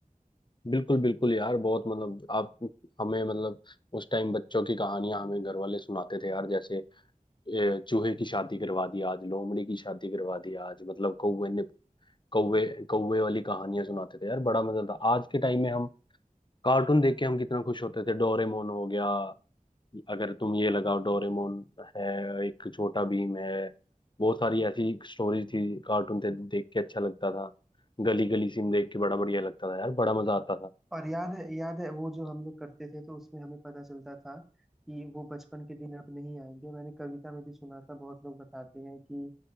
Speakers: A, on the left (about 35°); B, in the centre.
A: बिल्कुल बिल्कुल यार बहुत मतलब आप हमें मतलब उस टाइम बच्चों की कहानियां हमें घर वाले सुनाते थे यार जैसे ए, चूहे की शादी करवा दी आज लोमड़ी की शादी करवा दी आज मतलब कौवे ने कौवे कौवे वाली कहानियां सुनाते थे यार बड़ा मजा था आज के टाइम में हम कार्टून देख के हम कितना खुश होते थे डोरेमोन हो गया अगर तुम ये लगाओ डोरेमोन है एक छोटा भीम है बहुत सारी ऐसी स्टोरीज थी कार्टून थे देख के अच्छा लगता था गली गली सिम देख के बड़ा बढ़िया लगता था यार बड़ा मजा आता था
B: और याद है याद है वो जो हम लोग करते थे तो उसमें हमें पता चलता था कि वो बचपन के दिन अब नहीं आएंगे मैंने कविता में भी सुना था बहुत लोग बताते हैं कि